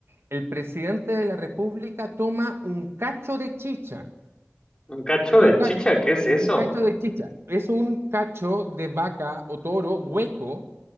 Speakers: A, on the right; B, on the left.
A: el presidente de la República toma un cacho de chicha,
B: Un cacho
A: un
B: de
A: cacho,
B: chicha, ¿qué es eso?
A: un cacho de chicha. Es un cacho de vaca o toro hueco